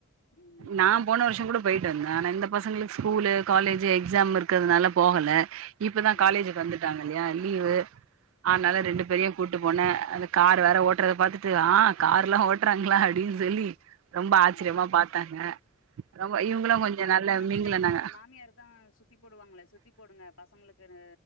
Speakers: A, on the left; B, on the right.
A: ம்
B: நா போன வருஷோ கூட போய்டு வந்தே ஆனா இந்த பசங்ளுக்கு ஸ்கூலு காலேஜு எக்ஸாம் இருக்கற்துனால போகல இப்பதா
A: ஆ
B: காலேஜுக்கு வந்துட்டாங்க இல்லயா லீவு அத்னால
A: சேரி
B: ரெண்டு பேரயும
A: சேரி
B: கூட்டுபோனே அந்த கார் வேற ஓட்டறத பாத்துடு ஆ கார்லா ஓட்றாங்ளா அப்டின் சொல்லி ரொம்ப ஆச்ரியமா
A: ம்
B: பாத்தாங்க ரொம்ப இவுங்ளு கொஞ்சோ
A: ட
B: நல்ல
A: வேண்டிதானே
B: மிங்கிளானாங்க
A: உங்க மாமியார்தா சுத்தி போடுவாங்ளே சுத்தி போடுங்க பசங்ளுக்குனு